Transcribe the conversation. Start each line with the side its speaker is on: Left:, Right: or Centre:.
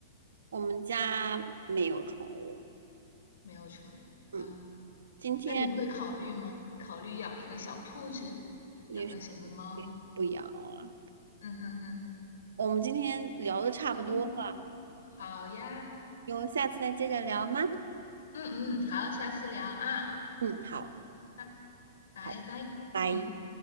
Right: 我们家没有宠物，
Left: 没有宠物啊，
Right: 嗯，今天
Left: 那你会考虑吗？考虑养一个小兔子，
Right: 也许
Left: 养个什么猫？
Right: 也许不养了，
Left: 嗯哼哼，
Right: 我们今天聊的差不多了，
Left: 嗯，好呀，
Right: 有下次再接着聊吗？
Left: 嗯嗯，好，下次聊啊，
Right: 嗯，好，
Left: 好，拜拜拜，
Right: 好，拜。
Left: 嗯。